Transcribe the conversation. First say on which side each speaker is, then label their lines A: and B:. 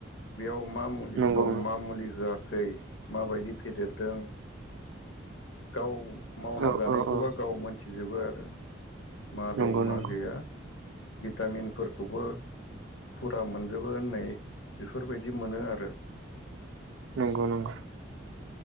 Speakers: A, on the left (about 80°); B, on the right (about 80°).
A: बेयाव मा मु
B: नंगौ
A: दं मा मुलि होआ खै माबायदि फेदेरदों गाव मावना
B: औ
A: जानायखौबा
B: औ औ
A: गाव मोनथि जोबो आरो। मा
B: नंगौ
A: दं मा
B: नंगौ
A: गैया। भिटामिनफोरखौबो फुरा मोनजोबो होननाय बेफोरबायदि मोनो आरो।
B: नंगौ नंगौ।